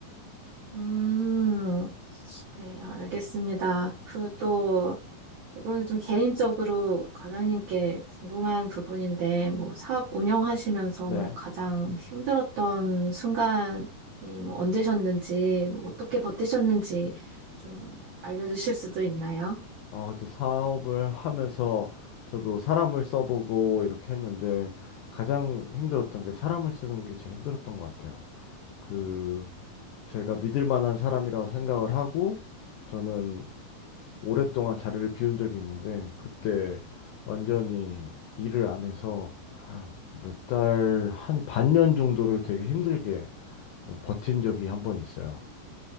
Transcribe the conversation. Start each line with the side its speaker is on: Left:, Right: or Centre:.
Right: 음, 네, 알겠습니다. 그리고 또, 이거는 좀 개인적으로 과장님께 궁금한 부분인데, 뭐, 사업 운영하시면서
Left: 네.
Right: 뭐, 가장 힘들었던 순간이 뭐, 언제셨는지, 뭐 어떻게 버티셨는지 좀 알려주실 수도 있나요?
Left: 아, 근데 사업을 하면서 저도 사람을 써보고 이렇게 했는데 가장 힘들었던 게 사람을 쓰는 게 제일 힘들었던 것 같아요. 그, 제가 믿을 만한 사람이라고 생각을 하고 저는 오랫동안 자리를 비운 적이 있는데 그때 완전히 일을 안 해서 몇 달, 한 반년 정도를 되게 힘들게 버틴 적이 한 번 있어요.